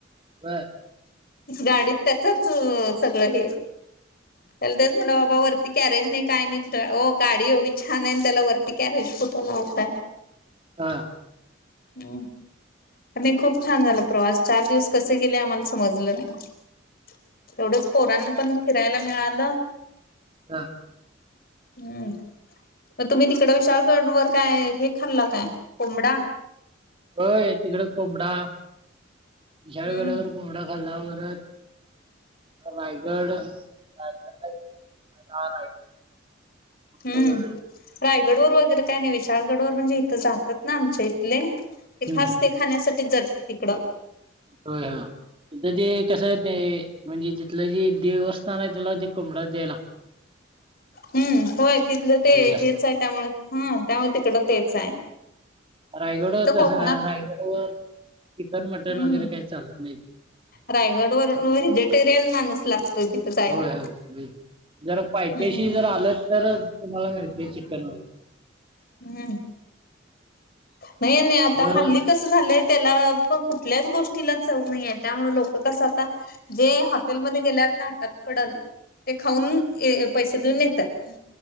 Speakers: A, on the right; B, on the left.
A: बर
B: गाडीत त्याचच सगळं हे ल तेच म्हणा बाबा वरती कॅरेज नाही काय नाही गाडी एवढी छान आहे त्याला वरती कॅरेज कुठं लावतय
A: हा
B: हम् नाही खूप छान झाला प्रवास चार दिवस कसे गेले आम्हाला समजलं नाही तेवढंच पोरांना पण फिरायला मिळालं
A: हा
B: हम्म मग तुम्ही तिकड विशाळगण वर काय हे खाल्ला काय कोंमडा
A: हो तिकडे कोंबडा विशाळगडावर
B: हम्म
A: कोंबडा लावरत रायगड रायगड हा,
B: हम्म
A: वगैरे.
B: रायगड वर वगैरे काय नाही विशाळगड वर म्हणजे इथं जातात ना आमच्या इथले ते
A: हम्म,
B: खास ते खाण्यासाठीच जातात तिकडं
A: हो हा त ते कसं आहे ते म्हणजे तिथलं जे देवस्थान आहे त्याला ते क जला
B: हम्म होय तिथलं ते
A: जास्त
B: हेच आहे त्यामुळे हम त्यामुळे तिकडं तेच आहे
A: रायगड
B: इथं कोकणात
A: तसं नाही रायगड वर चिकन मटन
B: हम्म
A: वगैरे काय चालत नाही
B: रायगड वरून व्हेजिटेरियन माणूस लागतोय तिथं जायला
A: होय होय व्हेज जर पैथ्याशी
B: हम्म.
A: जर आलं तर तुम्हाला मिळते चिकन व
B: हम् नाही नाही आता
A: वर
B: हल्ली
A: होय
B: कस झालंय त्याला पण कुठल्याच गोष्टी हच च नाहीे त्यामु लोक कस आता जे हॉटेलमध्ये गेल्यावर तर हटात पडल ते खाऊन पैसे देऊन येतात